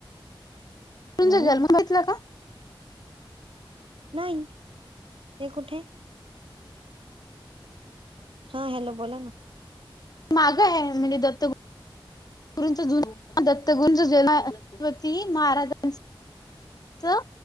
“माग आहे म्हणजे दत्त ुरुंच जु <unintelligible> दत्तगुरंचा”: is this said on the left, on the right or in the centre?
Left